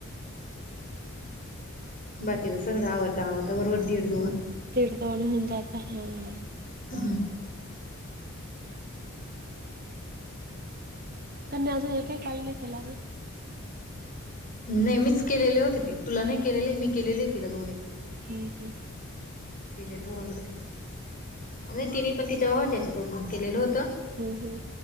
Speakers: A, on the left; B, on the right.
A: बाकीच सगरं आवरता आवरता वरोवर दिड.
B: ते दोन जाता हां हां.
A: अ हूं.
B: त्यांनी आजू एकही कॉल नई केला ना?
A: नई मीच केलेले होते ते तुला नाही केलेले मी केलेले तिला दोन एक.
B: हम हम.
A: तिजे दोन कधी? नाय तिनि पण तिच्या भावाच्या याच्यात ओपन केलेलं होतं.
B: हो हो.